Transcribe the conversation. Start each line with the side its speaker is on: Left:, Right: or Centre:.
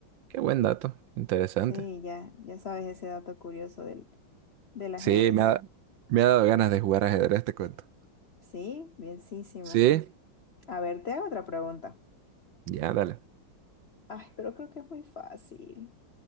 Right: Qué buen dato. Interesante.
Left: Sí, ya, ya sabes ese dato curioso del, del ajedrez.
Right: Sí, me ha, me ha dado ganas de jugar ajedrez, te cuento.
Left: Sí, bienísimo.
Right: ¿Sí?
Left: A ver, te hago otra pregunta.
Right: Ya, dale.
Left: Ay, pero creo que es muy fácil.